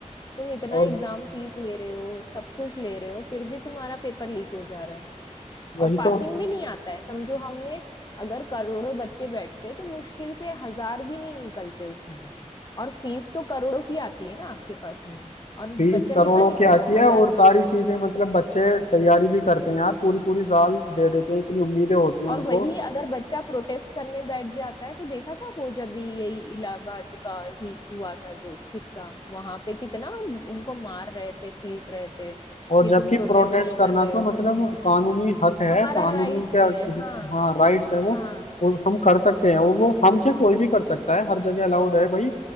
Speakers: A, on the left (about 30°); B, on the left (about 65°).
A: तुम इतना
B: और
A: एग्जाम फीस ले रहे हो सब कुछ ले रहे हो फिर भी तुम्हारा पेपर लीक हो जा रहा है
B: वही
A: और पासिंग
B: तो
A: भी नहीं आता है समझो हमने अगर करोड़ों बच्चे बैठते तो मुश्किल से हजार भी नहीं निकलते उसमें और फीस तो करोड़ों की आती है ना आपके पास में और
B: फीस
A: बच्चा
B: करोड़ों
A: कितना निकलता
B: की आती है
A: हजार
B: और सारी
A: भी नहीं
B: चीजें मतलब बच्चे तैयारी भी करते हैं यार पूरी पूरी साल दे देते हैं इतनी उम्मीदें होती हैं
A: और
B: उनको
A: वही अगर बच्चा प्रोटेस्ट करने बैठ जाता है तो देखा था वो जब भी यही इलाहाबाद का ही हुआ था जो किस्सा वहां पे कितना उनको मार रहे थे पीट रहे थे कि
B: और जबकि
A: तुम प्रोटेस्ट
B: प्रोटेस्ट
A: नहीं
B: करना
A: कर रहे
B: तो
A: हो
B: मतलब कानूनी हक है
A: हमारा
B: कानूनी
A: राइट
B: क्या
A: है हाँ
B: हाँ राइट्स है वो
A: हाँ
B: वो हम कर सकते हैं वो वो हम क्या कोई भी कर सकता है हर जगह अलाउड है भाई अ,